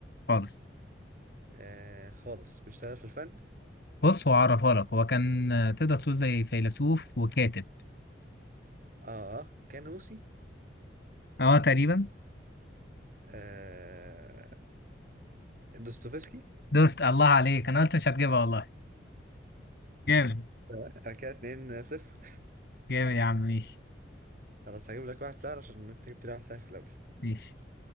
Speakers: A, on the left; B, on the right.
A: خالص
B: آه خالص بيشتغل في الفن
A: بص هو عرفها لك هو كان آه، تقدر تقول زي فيلسوف وكاتب
B: آه كان روسي
A: اه تقريبا
B: آه دوستويفسكي <laughs>
A: دوست الله عليك انا قلت مش هتجيبها والله جامد
B: أنا كده 2 صفر
A: جامد يا عم ماشي
B: خلاص هجيب لك واحد سهل عشان أنت جبت لي واحد سهل في الأول
A: ماشي